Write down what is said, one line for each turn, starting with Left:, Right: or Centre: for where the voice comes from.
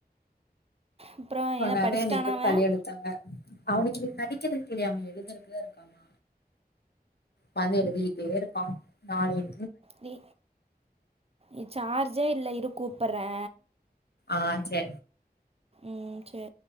Right: அப்புறம் என்ன
Left: அனால
Right: படிச்சிட்டானா
Left: இன்னிக்கி போய்
Right: அவன்
Left: தலய எடுத்தாங்க அவனுக்கு இன்னிக்கி படிக்கிறதுக்கு இல்லியாமே எழுதறக்குதா இருக்காமா வந்து எழுதிட்டே இருப்பா நாளைல
Right: வி இ சார்ஜே இல்ல இரு கூப்பறே
Left: ஆ செ
Right: ம் செ